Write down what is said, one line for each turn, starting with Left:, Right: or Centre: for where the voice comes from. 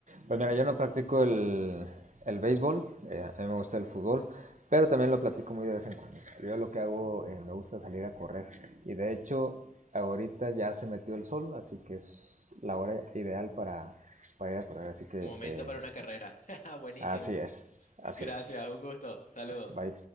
Right: Pues mira, yo no practico el, el béisbol, eh, a mí me gusta el fútbol, pero también lo platico muy de vez en cuando. Yo lo que hago, eh, me gusta salir a correr. Y de hecho, ahorita ya se metió el sol, así que es la hora ideal para, para ir a correr. Así que
Left: Momento
Right: eh,
Left: para una carrera. <laughs> Buenísimo.
Right: así es, así
Left: Gracias,
Right: es.
Left: un gusto. Saludos.
Right: Bye.